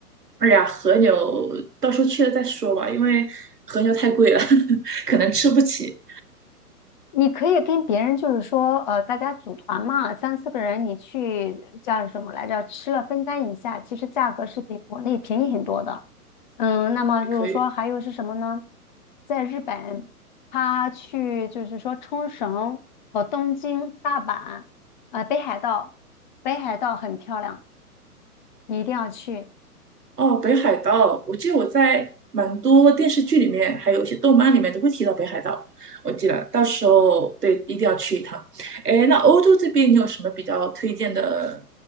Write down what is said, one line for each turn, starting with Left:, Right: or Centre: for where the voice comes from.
Right: 哎呀，和牛到时候去了再说吧，因为和牛太贵了，<laughs> 可能吃不起。
Left: 你可以跟别人就是说，呃，大家组团嘛，三四个人，你去叫什么来着？吃了分担一下，其实价格是比国内便宜很多的。嗯，那么就是说还有是什么呢？
Right: 也可以。
Left: 在日本，他去就是说冲绳和东京、大阪，啊、北海道，北海道很漂亮，你一定要去。
Right: 哦，北海道，我记得我在蛮多电视剧里面，还有一些动漫里面都会提到北海道。我记得到时候对，一定要去一趟。哎，那欧洲这边你有什么比较推荐的，